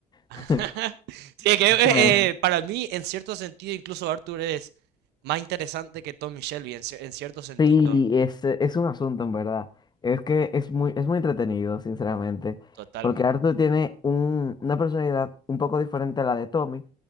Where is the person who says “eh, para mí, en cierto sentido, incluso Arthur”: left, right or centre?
Right